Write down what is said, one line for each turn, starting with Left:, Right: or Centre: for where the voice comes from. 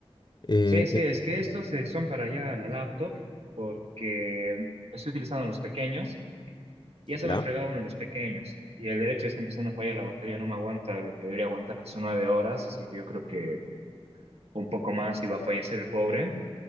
Left: eh,
Right: sí, sí,
Left: eh,
Right: es que estos eh, son para allá la laptop, porque estoy utilizando los pequeños, y ya se
Left: ya,
Right: me ha fregado uno de los pequeños, y el derecho está empezando a fallar la batería, no me aguanta lo que debería aguantar, que son nueve horas, así que yo creo que un poco más y va a fallecer el pobre.